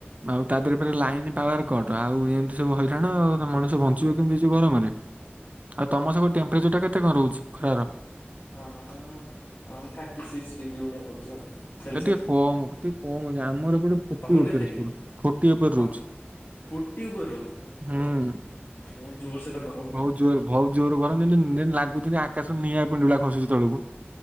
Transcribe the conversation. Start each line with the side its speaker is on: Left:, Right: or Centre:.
Right: ଆଉ ତା ଦେହରେ
Left: ହଁ
Right: ଫେରେ ଲାଇନ ପାୱାର କଟ ଆଉ ଏମିତି ସବୁ ହଇରାଣ ମଣିଷ ବଞ୍ଚିବ କେମିତି ଏ ଯୋଉ ଗରମରେ? ଆଉ ତମର ସବୁ ଟେମ୍ପରେଚରଟା କେତେ କଣ ରହୁଛି ଖରାର?
Left: ହଁ ହଁ ଥାର୍ଟି ସିକ୍ସ ଡିଗ୍ରୀ ଭଳିଆ ରହୁଛି ଆଉ ସେଲସିୟସ୍
Right: ଟିକେ କମ ଟିକେ କମ ରହୁଛି ଆମର ଏପଟେ ଫୋର୍ଟି
Left: ତମର
Right: ଉପରେ
Left: କେତେ
Right: ସ୍କୁଲ
Left: କି
Right: ଫୋର୍ଟି ଉପରେ ରହୁଛି
Left: ଫୋର୍ଟି ଉପରେ ରହୁଛି ବାପାରେ
Right: ହୁଁ
Left: ବହୁତ ଜୋରସେ ଖ
Right: ବହୁତ ଜୋର ବହୁତ ଜୋର ଗରମ ଯେମତି ଯେମିତି ଲାଗୁଛି ଆକାଶ ନିଆଁ ପିଣ୍ଡୁଳା ଖସୁଛି ତଳକୁ।